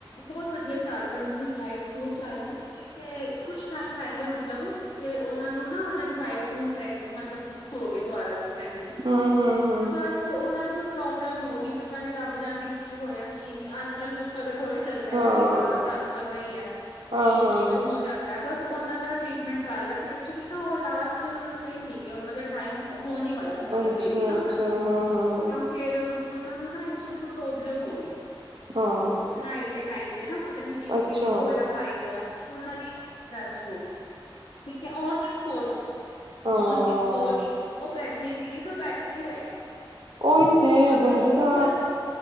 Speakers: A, on the left; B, on the right.
A: ਬਹੁਤ ਵਧੀਆ ਚੱਲ ਰਹੀ ਓਹਨਾਂ ਦੀ ਲਾਈਫ ਸਮੂਦ ਚੱਲ ਰਹੀ ਸੀਗੀ, ਤੇ ਕੁਛ ਟਾਈਮ ਪਹਿਲੇ ਮਤਲਬ ਤੇ ਓਹਨਾਂ ਨੂੰ ਨਾ ਓਹਨਾਂ ਦੀ ਵਾਈਫ ਨੂੰ ਪ੍ਰੈ ਮਤਲਬ ਹੋ ਗਏ ਦੁਬਾਰਾ ਤੋਂ ਪ੍ਰੈਗਨੈਂਟ,
B: ਹੂੰ, ਹੂੰ, ਹੂੰ
A: ਬਸ ਓਹਨਾਂ ਨੂੰ ਪ੍ਰੋਬਲਮ ਹੋ ਗਈ ਪਤਾ ਨੀ ਰੱਬ ਜਾਨੇ ਕੀ ਹੋਇਆ ਕੀ ਨੀਂ ਅੱਜ-ਕੱਲ੍ਹ ਕੁੱਛ ਪਤਾ ਥੋੜ੍ਹੀ ਲੱਗਦਾ
B: ਹਾਂ,
A: ਸਰੀਰਾਂ ਦਾ ਤੁਆਨੂੰ ਪਤਾ ਹੀਏ,
B: ਹਾਂ,
A: ਕਿ
B: ਹਾਂ
A: ਕਿਵੇਂ ਹੋ ਜਾਂਦਾ। ਬਸ, ਓਹਨਾਂ ਦਾ ਟਰੀਟਮੈਂਟ ਚੱਲ ਰਿਹਾ ਸੀ। ਐਕਚੁਲੀ ਨਾ ਉਹ ਲਾਸਟ ਤੇ ਹੀ ਸੀਗੇ, ਓਹਨਾਂ ਦਾ ਟਾਈਮ ਹੋਣ ਹੀ ਵਾਲਾ ਸੀ। ਮਤਲਬ
B: ਅੱਛਾ-ਅੱਛਾ
A: ਬੇਬੀ ਨਾ ਉਹਨਾਂ ਦਾ,
B: ਹਾਂ, ਹਾਂ, ਹਾਂ,
A: ਤਾਂ ਫੇਰਉਹਨਾਂ ਨੂੰ ਨਾ ਐਕਚੁਲੀ ਕੋਈ ਪ੍ਰੋਬਲਮ ਹੋ ਗਈ।
B: ਹਾਂ
A: ਨਾਈਟ ਦੇ ਟਾਈਮ, ਤੇ ਨਾ ਪਤਾ ਨੀ ਬੀਪੀ
B: ਅੱਛਾ
A: ਲੋਅ ਹੋਇਆ। ਹਾਈ ਹੋਇਆ, ਓਹਨਾਂ ਦੀ ਡੈਥ ਹੋ ਗਈ ਠੀਕੇ, on the spot.
B: ਹਾਂ
A: On the ਸਪੋਟ ਈ, ਓਹ ਬੈਠੇ ਸੀਗੇ, ਤੇ ਬੈਠੇ ਹੀ ਰਹਿ ਗਏ।
B: ਓਹੀ ਤੇ,
A: ਕੁਛ ਪਤਾ
B: ਬੰਦੇ
A: ਹੀ ਨਹੀਂ
B: ਦਾ
A: ਚੱਲਣਾ